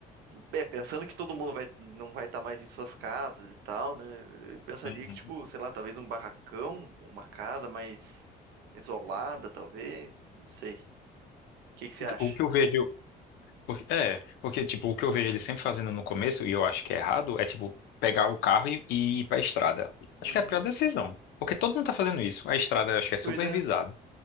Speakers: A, on the right; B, on the left.
A: É, pensando que todo mundo vai, não vai estar mais em suas casas e tal, né? Eu pensaria
B: Uhum.
A: que, tipo, sei lá, talvez um barracão, uma casa mais isolada, talvez. Não sei. O que que você
B: O
A: acha?
B: que o que eu vejo. porque- é, porque, tipo, o que eu vejo eles sempre fazendo no começo, e eu acho que é errado, é, tipo, pegar o carro e, e ir pra estrada.
A: Uhum.
B: Acho que é a pior decisão. Porque todo mundo tá fazendo isso. A estrada, eu acho que é supervisada.
A: Pois é.